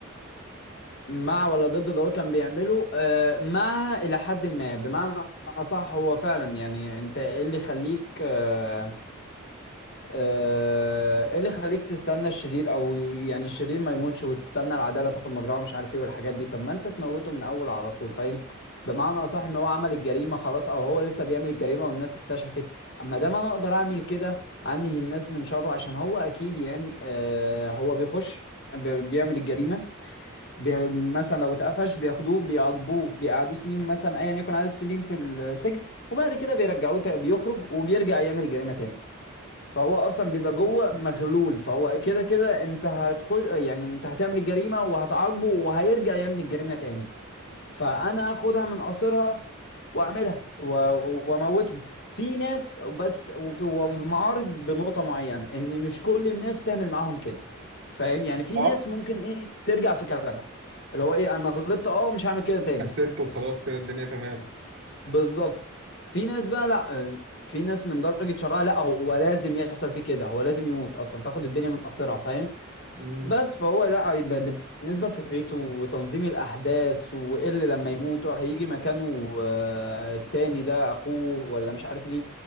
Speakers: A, on the left (about 55°); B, on the right (about 60°).
A: مع ولا ضد اللي هو كان بيعمله آه، مع الى حد ما بمعنى اصح هو فعلا يعني انت ايه اللي يخليك آه، آه، ايه اللي خليك تستنى الشرير او يعني الشرير ما يموتش وتستنى العداله تاخد مجراها ومش عارف ايه والحاجات دي طب ما انت تموته من اول على طول فاهم بمعنى اصح ان هو عمل الجريمه خلاص او هو لسه بيعمل الجريمه والناس اكتشفت اما دام انا اقدر اعمل كده انهي الناس من شره عشان هو اكيد يعني آه هو بيخش بي- بيعمل الجريمه بي مثلا لو اتقفش بياخدوه بيعاقبوه بيقعدوه سنين مثلا ايا يكن عدد السنين في السجن وبعد كده بيرجعوه تا- بيخرج وبيرجع يعمل الجريمه تاني فهو اصلا بيبقى جوه مغلول فهو كده كده انت هتخش يعني انت هتعمل الجريمه وهتعاقبه وهيرجع يعمل الجريمه تاني فانا اخدها من قصرها واعملها و- واموتهم في ناس بس وفي- ومعارض بنقطه معينه ان مش كل الناس تعمل معاهم كده فاهم يعني في
B: اه
A: ناس ممكن ايه ترجع في كلامها اللي هو ايه انا غلطت اه مش هعمل كده تاني
B: حسبته خلاص كده الدنيا تمام
A: بالظبط في ناس بقى لا آه، في ناس من درجة شرها لا هو لازم يحصل فيه كده هو لازم يموت اصلا تاخد الدنيا من قصرها فاهم
B: مم.
A: بس فهو لا يبقى بن- بالنسبة لفكرته وتنظيم الأحداث وإيه اللي لما يموت وهيجي مكانه آه، التاني ده أخوه ولا مش عارف مين